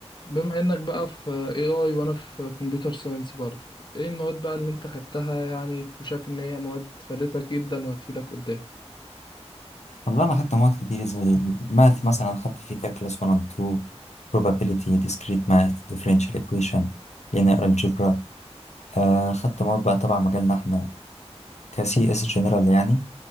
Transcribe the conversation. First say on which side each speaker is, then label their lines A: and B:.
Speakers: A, on the left; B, on the left.
A: بما انك بقى في AI وانا في كمبيوتر ساينس برضه ايه المواد بقى اللي انت خدتها يعني وشايف ان هي مواد فادتك جدا وهتفيدك قدام
B: والله أنا خدت مواد كتير زي math مثلاً خدت في كلاس one and two probability discrete math differential equation linear algebra ااا خدت مواد بقى طبعاً مجالنا إحنا كاسياس جينرال يعني